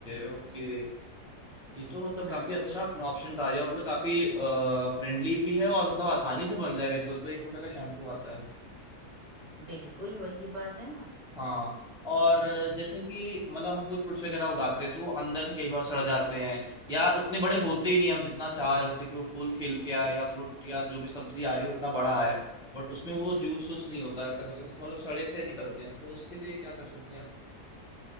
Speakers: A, in the centre; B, on the right.
A: ओके ये तो मतलब
B: हाँ
A: काफी अच्छा
B: बिल्कुल
A: आपने ऑप्शन डाल दिया मतलब काफी फ्रेंडली भी है और मतलब आसानी से बन जाएगा ये तो तो एक रुपए का शैम्पू आता है
B: बिल्कुल वही बात है ना
A: हाँ और अ, जैसे कि मतलब हम कोई फ्रूट्स वगैरह उगाते हैं तो वो अंदर से कई बार सड़ जाते हैं या उतने बड़े होते ही नहीं हम जितना चाह रहे होते कि वो फूल खिल के आए या फ्रूट या जो भी सब्जी आ रही हो इतना बड़ा है बट उसमें वो जूस वूस नहीं होता ऐसा कुछ ऐसा मतलब सड़े से निकलते हैं तो उसके लिए क्या कर सकते हैं